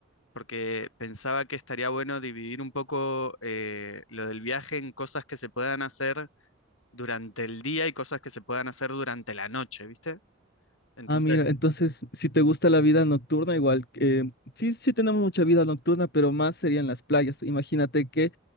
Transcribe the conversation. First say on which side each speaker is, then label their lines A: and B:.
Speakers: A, on the left; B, on the left.
A: Porque pensaba que estaría bueno dividir un poco eh, lo del viaje en cosas que se puedan hacer durante el día y cosas que se puedan hacer durante la noche, ¿viste? Entonces...
B: Ah, mira, entonces, si te gusta la vida nocturna, igual, eh, sí, sí tenemos mucha vida nocturna, pero más serían las playas. Imagínate que